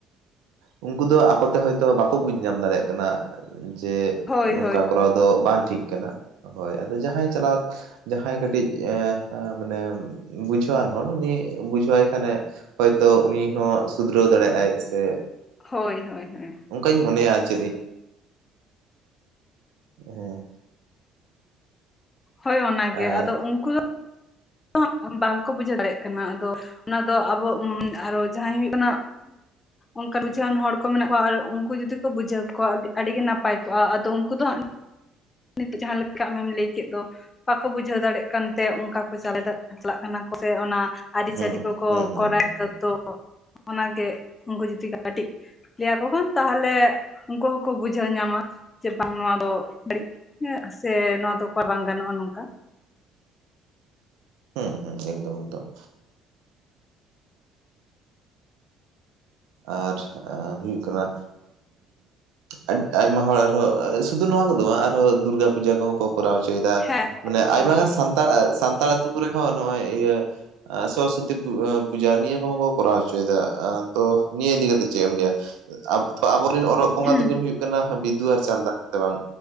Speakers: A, on the right; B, on the left.
A: ᱩᱱᱠᱩ ᱫᱚ ᱟᱠᱚᱛᱮ ᱦᱚᱭᱛᱚ ᱵᱟᱠᱚ ᱵᱩᱡ ᱧᱟᱢ ᱫᱟᱲᱮᱭᱟᱜ ᱠᱟᱱᱟ ᱾ ᱡᱮ
B: ᱦᱳᱭ
A: ᱱᱚᱝᱠᱟ
B: ᱦᱳᱭ
A: ᱠᱚᱨᱟᱣ ᱫᱚ ᱵᱟᱝ ᱴᱷᱤᱠ ᱠᱟᱱᱟ ᱾ ᱦᱳᱭ ᱾ ᱟᱫᱚ ᱡᱟᱦᱟᱸᱭ ᱪᱟᱞᱟᱣ ᱡᱟᱦᱟᱸᱭ ᱠᱟᱹᱴᱤᱡ ᱮᱸ ᱢᱟᱱᱮ ᱵᱩᱡᱷᱟᱹᱣᱟᱱ ᱦᱚᱲ ᱩᱱᱤ ᱵᱩᱡᱷᱟᱹᱣ ᱟᱭ ᱠᱷᱟᱱᱮ ᱦᱚᱭᱛᱚ ᱩᱱᱤ ᱦᱚᱸ ᱥᱩᱫᱷᱨᱟᱹᱣ ᱫᱟᱲᱮᱭᱟᱜᱼᱟᱭ ᱾ ᱥᱮ
B: ᱦᱳᱭ ᱦᱳᱭ ᱦᱳᱭ᱾
A: ᱚᱱᱠᱟᱧ ᱢᱚᱱᱮᱭᱟ ᱟᱨ ᱪᱮᱫ ᱤᱧ ᱾ ᱦᱮᱸ ᱾
B: ᱦᱳᱭ ᱚᱱᱟᱜᱮ
A: ᱟᱨ
B: ᱟᱫᱚ ᱩᱱᱠᱩ ᱫᱚ ᱦᱟᱸᱜ ᱵᱟᱝᱠᱚ ᱵᱩᱡᱷᱟᱹᱣ ᱫᱟᱲᱮᱭᱟᱜ ᱠᱟᱱᱟ ᱾ ᱟᱫᱚ ᱚᱱᱟ ᱫᱚ ᱟᱵᱚ ᱟᱨᱚ ᱡᱟᱦᱟᱸᱭ ᱦᱩᱭᱩᱜ ᱠᱟᱱᱟ ᱚᱱᱠᱟᱱ ᱵᱩᱡᱷᱟᱹᱣᱟᱱ ᱦᱚᱲ ᱠᱚ ᱢᱮᱱᱟᱜ ᱠᱚᱣᱟ ᱟᱨ ᱩᱱᱠᱩ ᱡᱩᱫᱤ ᱠᱚ ᱵᱩᱡᱷᱟᱹᱣ ᱠᱮᱠᱚᱣᱟ ᱟᱹᱰᱤ ᱟᱹᱰᱤ ᱜᱮ ᱱᱟᱯᱟᱭ ᱠᱚᱜᱼᱟ ᱾ ᱟᱫᱚ ᱩᱱᱠᱩ ᱫᱚ ᱦᱟᱸᱜ ᱱᱤᱛᱚᱜ ᱡᱟᱦᱟᱸ ᱞᱮᱠᱟ ᱟᱢᱮᱢ ᱞᱟᱹᱭ ᱠᱮᱫ ᱫᱚ᱾ ᱵᱟᱠᱚ ᱵᱩᱡᱷᱟᱹᱣ ᱫᱟᱲᱮᱜ ᱠᱟᱱ ᱛᱮ ᱚᱱᱠᱟ ᱠᱚ ᱪᱟᱞᱛᱟᱜ ᱪᱟᱞᱟᱜ ᱠᱟᱱᱟ ᱠᱚ ᱥᱮ ᱚᱱᱟ ᱟᱹᱨᱤᱪᱟᱹᱞᱤ
A: ᱦᱩᱸ
B: ᱠᱚᱠᱚ
A: ᱦᱩᱸ ᱦᱩᱸ
B: ᱠᱚᱨᱟᱣᱮᱫ
A: ᱦᱩᱸ ᱦᱩᱸ
B: ᱫᱚ ᱛᱚ ᱚᱱᱟᱜᱮ ᱩᱱᱠᱩ ᱡᱩᱫᱤ ᱠᱟᱹᱴᱤᱡ ᱞᱟᱹᱭᱟ ᱠᱚ ᱠᱷᱟᱱ ᱛᱟᱦᱚᱞᱮ ᱩᱱᱠᱩ ᱦᱚᱸᱠᱚ ᱵᱩᱡᱷᱟᱹᱣ ᱧᱟᱢᱟ ᱡᱮ ᱵᱟᱝ ᱱᱚᱣᱟ ᱫᱚ ᱵᱟᱲᱤᱡ ᱦᱮᱸ ᱥᱮ ᱱᱚᱣᱟ ᱫᱚ ᱚᱠᱟ ᱵᱟᱝ ᱜᱟᱱᱚᱜᱼᱟ ᱱᱚᱝᱠᱟ᱾
A: ᱦᱮᱸ ᱦᱮᱸ ᱮᱠᱫᱚᱢ ᱮᱠᱫᱚᱢ᱾ ᱟᱨ ᱦᱩᱭᱩᱜ ᱠᱟᱱᱟ ᱮᱸ ᱟᱭᱢᱟ ᱦᱚᱲ ᱟᱨᱦᱚᱸ ᱥᱩᱫᱷᱩ ᱱᱚᱣᱟ ᱠᱚᱫᱚ ᱵᱟᱝ ᱟᱨᱦᱚᱸ ᱫᱩᱨᱜᱟ ᱯᱩᱡᱟᱹ ᱠᱚᱦᱚᱸ ᱠᱚ ᱠᱚᱨᱟᱣ ᱦᱚᱪᱚᱭᱮᱫᱟ
B: ᱦᱮᱸ
A: ᱢᱟᱱᱮ ᱟᱭᱢᱟ
B: ᱦᱳᱭ
A: ᱜᱟᱱ ᱥᱟᱱᱛᱟᱲ ᱥᱟᱱᱛᱟᱲ ᱟᱹᱛᱩ ᱠᱚᱨᱮ ᱦᱚᱸ ᱱᱚᱜᱼᱚᱭ ᱤᱭᱟᱹ ᱥᱚᱨᱚᱥᱚᱛᱤ ᱯᱩᱡᱟᱹ ᱱᱤᱭᱟᱹ ᱠᱚ ᱦᱚᱸ ᱠᱚ ᱠᱚᱨᱟᱣ ᱦᱚᱪᱚᱭᱮᱫᱟ᱾ ᱛᱚ ᱱᱤᱭᱟᱹ ᱤᱫᱤ ᱠᱟᱛᱮᱜ ᱪᱮᱫ ᱮᱢ ᱞᱟᱹᱭᱟ? ᱟᱵᱚ ᱨᱮᱱ ᱚᱞᱚᱜ
B: ᱦᱮᱸ
A: ᱵᱚᱸᱜᱟ ᱫᱚᱠᱤᱱ ᱦᱩᱭᱩᱜ ᱦᱩᱭᱩᱜ ᱠᱟᱱᱟ ᱵᱤᱫᱩ ᱟᱨ ᱪᱟᱸᱫᱟᱱ ᱦᱮᱸ ᱵᱟᱝ